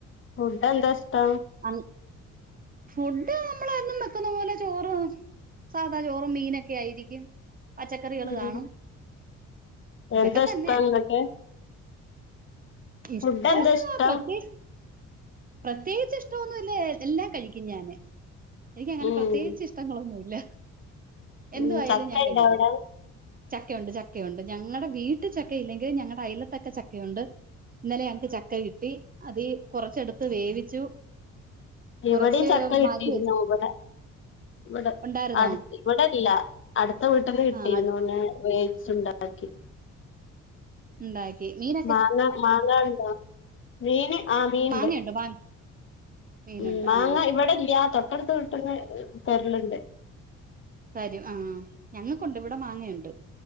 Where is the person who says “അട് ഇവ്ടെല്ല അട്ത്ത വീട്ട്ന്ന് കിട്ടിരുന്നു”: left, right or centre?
Left